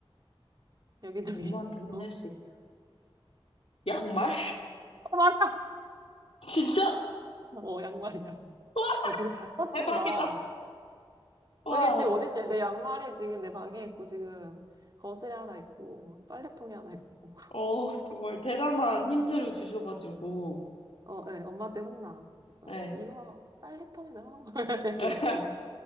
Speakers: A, on the right; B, on the left.
A: 여기저기
B: 엄마한테 혼낼
A: 있어.
B: 수 있다. 양말?
A: <laughs> 어, 맞아.
B: <laughs> 진짜?
A: 어, 양말이야.
B: 와
A: 어, 되게 잘 맞춘다.
B: 대박이다.
A: 어,
B: 와
A: 이게 지금 어딨냐?
B: 진짜.
A: 내 양말이 지금 내 방에 있고, 지금 거실에 하나 있고, 빨래통에 하나 있고.
B: 어 정말 대단한 힌트를 주셔가지고
A: 어, 예, 엄마한테 혼나. 그래서
B: 네.
A: 이거 빨래통에 넣으라고. <laughs>
B: <laughs>
A: 이런, 이런.